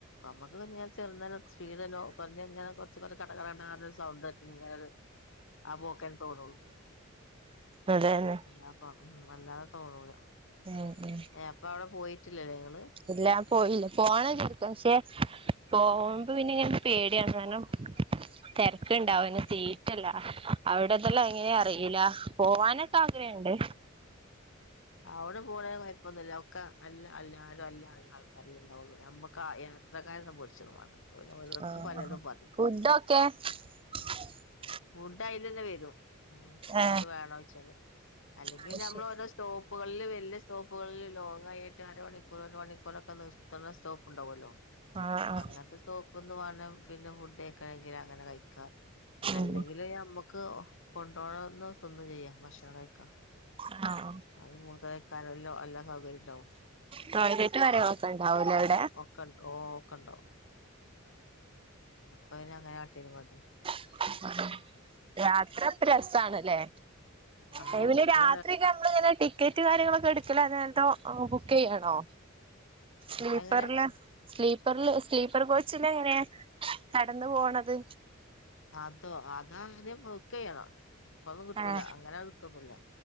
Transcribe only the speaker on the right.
നല്ലതന്നെ
ഉം ഉം
ഇല്ലാ പോയില്ല പോണന്ന്ണ്ട് ഇക്ക് പക്ഷെ പോ ഇപ്പ പിന്നെങ്ങനെ പേടിയാണ് കാരണം തിരക്കുണ്ടാവുംന് സീറ്റല്ല അവിടെതെല്ലാം എങ്ങനെ അറിയില്ല പോവാനക്കെ ആഗ്രഹണ്ട്
ആ
ആ
<inaudible>
ഏ അത് ശരി
ആ ആ
ഉം
ആ ആ
ടോയ്ലറ്റ് വരെ അകത്ത് ഉണ്ടാവൂലെ എവിടെ
അ <inaudible> യാത്ര പ്പെ രസാണ്ല്ലേ
അ പിന്നെ
രാത്രിക്കെ നമ്മളിങ്ങനെ ടിക്ക് ക്കറ്റ് കാര്യങ്ങളൊക്കെ എടുക്കലതന്തോ ബുക്ക് ചെയ്യാണോ സ്ലീപ്പറില്
സ്ലീപ്പറൽ സ്ലീപ്പർ കോച്ചിലെങ്ങനെയാ കടന്നു പോണത്
ആഹ്